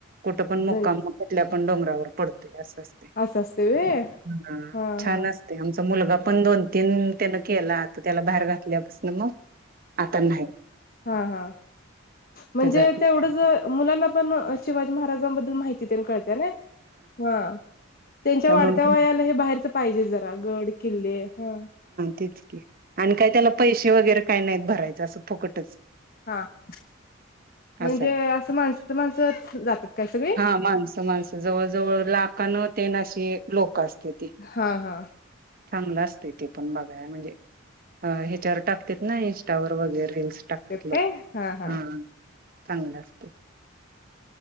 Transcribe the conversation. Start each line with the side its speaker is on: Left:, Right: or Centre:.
Right: कुठं पण
Left: जायच
Right: मुक्काम म कुठल्या पण डोंगरावर पडतोय असं असते.
Left: असं असते व्हय
Right: ह
Left: हा
Right: छान
Left: हा
Right: असते आमचा मुलगा पण दोन तीन त्यान केला आता त्याला बाहेर घातल्यापासन मग आता नाही.
Left: हा हा म्हणजे
Right: ते जात नाही
Left: तेवढंच होय मुलांना पण शिवाजी महाराजांबद्दल माहिती तेन कळत्या नी हा. त्यांच्या
Right: त्यामुळे
Left: वाढत्या वयाला हे बाहेरच पाहिजे जरा गड-किल्ले हा.
Right: तेच की आणि काही त्याला पैसे वगैरे काही नाहीत भरायचं असं फुकटच.
Left: हा <inaudible> म्हणजे
Right: असं आहे
Left: असं माणसात, माणसंच जातात काय सगळी?
Right: हा माणसं माणसं जवळ जवळ लाखान तेन अशी लोक असते ती
Left: हा, हा.
Right: चांगलं असतंय ते पण बघाया म्हणजे अ ह्याच्यावर टाकतेत ना इंस्टावर वगैरे. त्यावेळेस टाकतात लोक
Left: काय हा हा
Right: ह चांगल असतय.